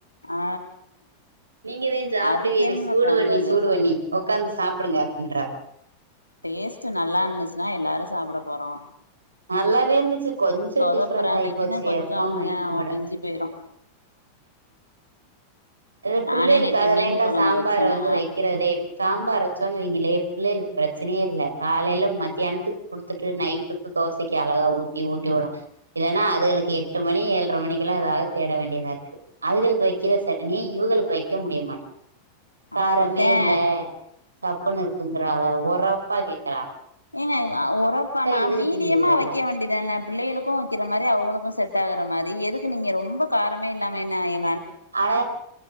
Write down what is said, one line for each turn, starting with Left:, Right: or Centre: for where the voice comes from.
Left: ஆ
Right: நீங்கதே சாப்டுவீயலே
Left: அதுக்கு என்ன
Right: சூடுவண்ணி
Left: பண்றது
Right: சூடுவண்ணி ஒக்காந்து சாப்புடுங்க அப்டின்றா
Left: டேஸ்ட்டு நல்லாருந்துச்சுன்னா எல்லாரு சாப்ட போறோ
Right: நல்லாதே இருந்துச்சி கொஞ்ச
Left: சொதப்புற
Right: டிஃப்ரெண்ட்டாய்ப்
Left: அன்னைக்குன்னா
Right: போச்சி
Left: கொஞ்சோ
Right: எப்பவு
Left: அப்டிதா
Right: வக்கிறதோட
Left: மிஞ்சி போயிரு
Right: இது
Left: நானே
Right: புள்ளையளுக்காகதேங்க்கா
Left: நேத்து மீன் கொழம்பு
Right: சாம்பார
Left: வச்சேனா
Right: வந்து வைக்கிறதே சாம்பார் வச்சோன் வெய்ங்க ளே புள்ளையளுக்கு ப்ரச்சனையே இல்ல காலையில மத்தியானத்துக் குடுத்துட்டு நைட்டுக்கு தோசக்கி அழகா ஊத்தி ஊட்டிவிட்றொ இல்லேனா அதுகளுக்கு எட்டு மணி ஏழ்ர மணிக்கெல்லா எதாது தேட வேண்டியதா இருக்கு அதுகளுக்கு வெக்கிற சட் னி இவுகளுக்கு வெக்க முடிய மாட் காரமே
Left: அப்டித்தே
Right: இல்ல சப்புனு இருக்குங்கிறாவ ஒரப்பா கேக்
Left: ஏங்க ஆ ஒறப்பானா
Right: இதுக
Left: மீடியமா
Right: திங்குதுகல்ல
Left: வெக்க வேண்டிதான புள்ளையளுக்கு வெக்கிற மாரி அவுங்களுக்கு செட்டா குற மாரி எதுக்கு நீங்க ரொம்ப காரமே இல்லாம என்ன எ
Right: அட